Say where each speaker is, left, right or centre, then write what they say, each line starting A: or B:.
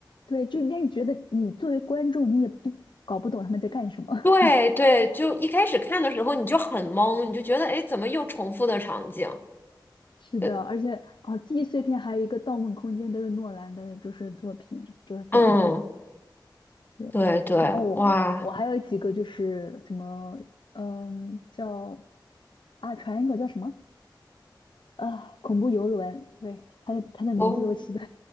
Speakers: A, on the left (about 80°); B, on the left (about 25°).
A: 对，就应该你觉得你作为观众，你也不搞不懂他们在干什么。<laughs>
B: 对对，就一开始看的时候你就很懵，你就觉得哎，诶怎么又重复的场景？
A: 是的，
B: 呃
A: 而且啊，记忆碎片还有一个《盗梦空间》都是诺兰的，就是作品，就是非常棒。
B: 嗯，
A: 对，
B: 对对，
A: 然后我我还有几个就是什么，
B: 哇，
A: 嗯，叫啊，传一个叫什么啊，恐怖游轮，对，它的它的名字都起的
B: 哦